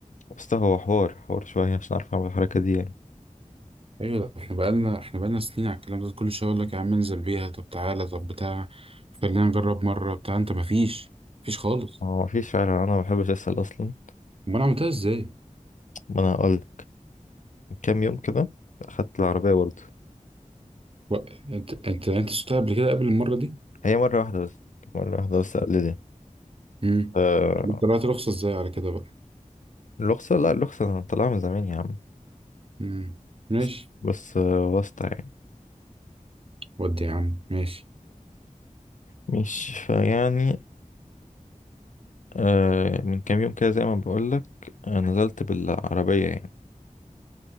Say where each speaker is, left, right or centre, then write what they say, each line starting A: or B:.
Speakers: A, on the left; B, on the right.
A: بص هو حوار حوار شويه عشان اعرف اعمل الحركه دي يعني
B: ايوه ده احنا بقالنا احنا بقالنا سنين على الكلام ده كل شوية اقول لك يا عم انزل بيها طب تعالى طب بتاع خلينا نجرب مرة بتاع انت مفيش مفيش خالص
A: هو ما فيش فعلا انا ما بحبش اسال اصلا
B: امال انا عملتها ازاي؟
A: ما انا هقول كام يوم كده اخدت العربيه برضو
B: و- انت انت انت شفتها قبل كده قبل المرة دي؟
A: هي مره واحده بس كانت مره واحده بس قلت
B: امم
A: آه
B: طلعت رخصة ازاي على كده بقى؟
A: الرخصه لا الرخصه انا طالعها من زمان يا عم
B: مم. ماشي
A: بس بس آه واسطه يعني
B: ودي يا عم ماشي
A: مش مش- فيعني آه، من كام يوم كده زي ما بقولك آه، نزلت بالعربية يعني